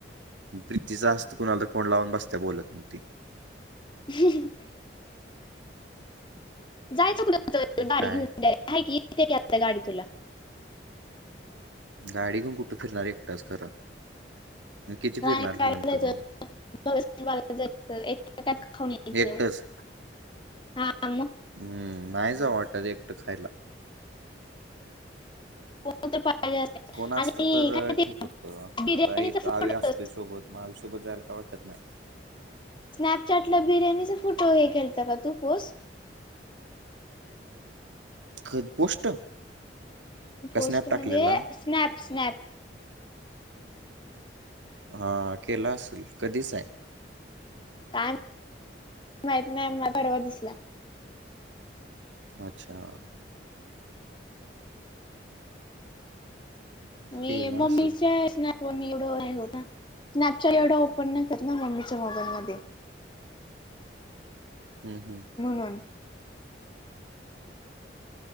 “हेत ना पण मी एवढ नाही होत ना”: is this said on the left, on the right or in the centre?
Left